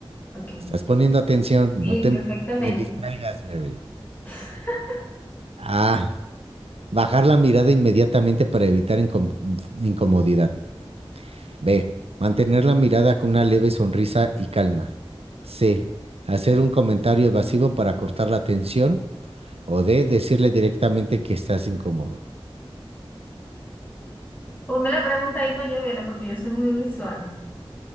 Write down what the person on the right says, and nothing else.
Estás poniendo atención,
no te
me distraigas, Mary.
A. Bajar la mirada inmediatamente para evitar incom- incomodidad. B. Mantener la mirada con una leve sonrisa y calma. C. Hacer un comentario evasivo para cortar la atención. O D. Decirle directamente que estás incómodo.